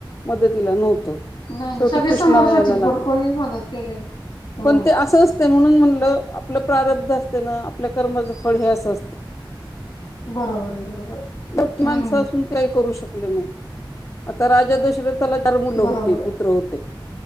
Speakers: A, on the left; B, on the left.
A: मदतीला नव्हतं.
B: नाही ना
A: शेवटी
B: सगळे
A: कृष्णाला
B: समोरच
A: यायला
B: होते की
A: लागले
B: पर कोणीच मदत केली नाही हो
A: पण ते असंच ते म्हणून म्हणलं आपलं प्रारब्ध असते ना आपल्या कर्माचं फळ हे असं असत.
B: बरोबर आहे बरोबर आहे
A: मोठी माणसं
B: हम्म
A: असून तेही करू शकत नाही आता राजा दशरथाला चार मुलं होते
B: बरोबर आहे
A: पुत्र होते.